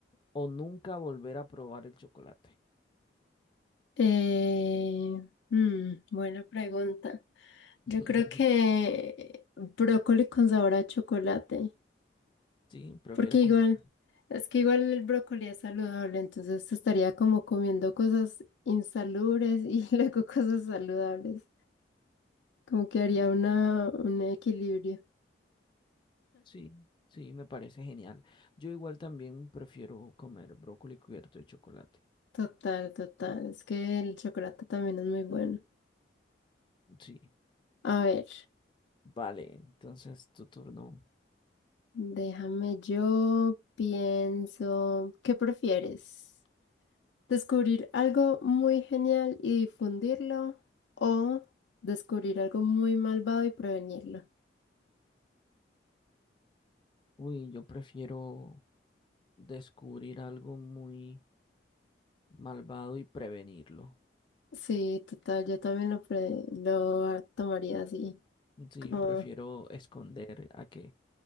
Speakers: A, on the left (about 25°); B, on the left (about 80°).
A: o nunca volver a probar el chocolate?
B: Eh, mm, buena pregunta. Yo
A: <laughs>
B: creo que brócoli con sabor a chocolate,
A: Sí, prefieres
B: porque igual,
A: comer.
B: es que igual el brócoli es saludable, entonces estaría como comiendo cosas insalubres y <laughs> luego cosas saludables, como que haría
A: Sí,
B: una, un equilibrio.
A: sí, sí, me parece genial. Yo igual también prefiero comer brócoli cubierto de chocolate.
B: Total, total, es que el chocolate también es muy bueno.
A: Sí,
B: A ver,
A: vale, entonces tu turno.
B: déjame yo pienso, ¿qué prefieres? Descubrir algo muy genial y difundirlo o descubrir algo muy malvado y prevenirlo.
A: Uy, yo prefiero descubrir algo muy malvado y prevenirlo.
B: Sí, total, yo también lo, pre- lo a- tomaría así.
A: Sí,
B: Como
A: prefiero esconder a que,